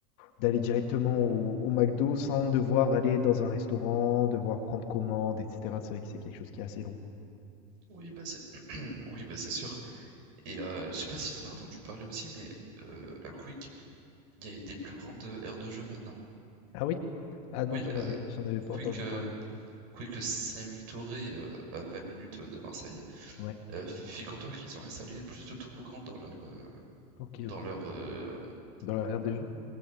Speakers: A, on the left (about 50°); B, on the right (about 45°).
A: d'aller directement au au McDo sans devoir aller dans un restaurant, devoir prendre commande et cetera. C'est vrai que c'est quelque chose qui est assez long.
B: oui, bah, c'est, oui, bah, c'est sûr. Et euh, je sais pas si t'en as entendu parler aussi, mais euh, à Quick, il y a des plus grandes aires de jeu maintenant.
A: Ah oui? Ah non,
B: Oui,
A: j'en
B: euh,
A: avais j'en avais pas
B: Quick,
A: entendu
B: euh,
A: parler.
B: Quick Saint-Victoré, euh, à 20 minutes de Marseille.
A: Ouais,
B: euh, figure-toi qu'ils ont installé plus de toboggans dans leur, euh,
A: OK,
B: dans
A: OK.
B: leur, euh,
A: Dans l'arrière des jeux?